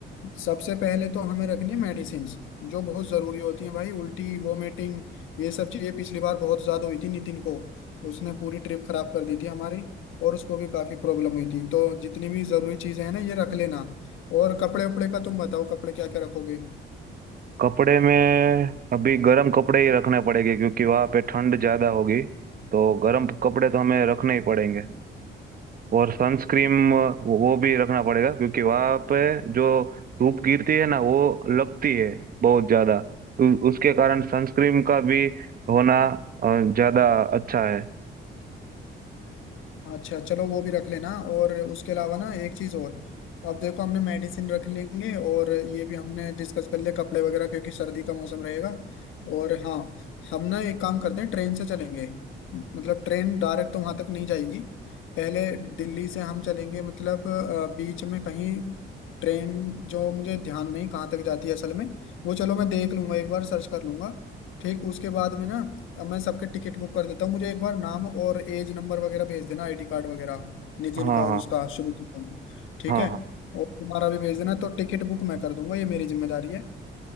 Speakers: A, on the left (about 85°); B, on the right (about 45°).
A: सबसे पहले तो हमें रखनी है मेडिसिन जो बहुत जरूरी होती है भाई उल्टी वोमिटिंग ये सब चीजें पिछली बार बहुत ज्यादा हुई थी नितिन को उसने पूरी ट्रिप खराब कर दी थी हमारी और उसको भी काफी प्रॉब्लम हुई थी तो जितनी भी जरूरी चीजें हैं ना ये रख लेना और कपड़े वपड़े का तुम बताओ कपड़े क्या क्या रखोगे
B: कपड़े में अभी गर्म कपड़े ही रखने पड़ेंगे क्योंकि वहाँ पे ठंड ज़्यादा होगी तो गर्म कपड़े तो हमें रखने ही पड़ेंगे और सनस्क्रीन वो वो भी रखना पड़ेगा क्योंकि वहां पे जो धूप गिरती है ना वो लगती है बहुत ज्यादा उ- उसके कारण सनस्क्रीन का भी होना अ, ज्यादा अच्छा है
A: अच्छा चलो वो भी रख लेना और उसके अलावा ना एक चीज और अब देखो हमने मेडिसिन रख लेंगे और ये भी हमने डिस्कस कर लिया कपड़े वगैरह क्योंकि सर्दी का मौसम रहेगा और हाँ हम ना एक काम करते हैं ट्रेन से चलेंगे मतलब ट्रेन डायरेक्ट तो वहां तक नहीं जाएगी पहले दिल्ली से हम चलेंगे मतलब अ, बीच में कहीं ट्रेन जो मुझे ध्यान नहीं कहाँ तक जाती है असल में वो चलो मैं देख लूंगा एक बार सर्च कर लूंगा ठीक उसके बाद में ना अब मैं सबके टिकट बुक कर देता हूँ मुझे एक बार नाम और एज नंबर वगैरह भेज देना आईडी कार्ड वगैरह नितिन
B: हाँ हाँ
A: का और उसका शुरू का ठीक
B: हाँ
A: है
B: हाँ
A: और तुम्हारा भी भेज देना तो टिकट बुक मैं कर दूंगा ये मेरी जिम्मेदारी है